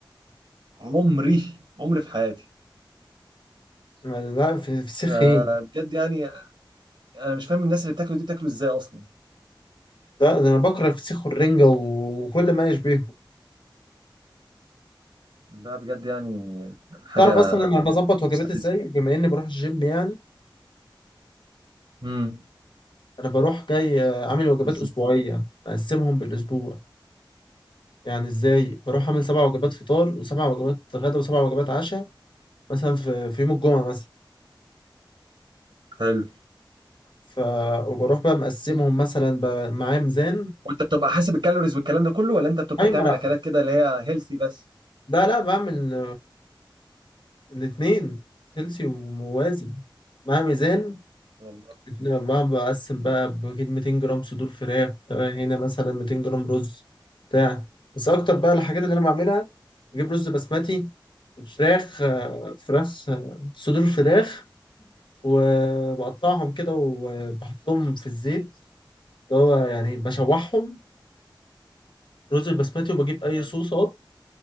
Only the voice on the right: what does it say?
عمري عمري في حياتي
فبجد
يعني انا مش فاهم الناس اللي بتاكله دي بتاكله ازاي اصلا
لا بجد يعني حاجه
مستفزه
امم
مستفزة.
حلو
وانت بتبقى حاسب الكالوريز والكلام ده كله ولا انت بتبقى
تعمل
اكلات كده اللي هي هيلثي بس
والله
حلو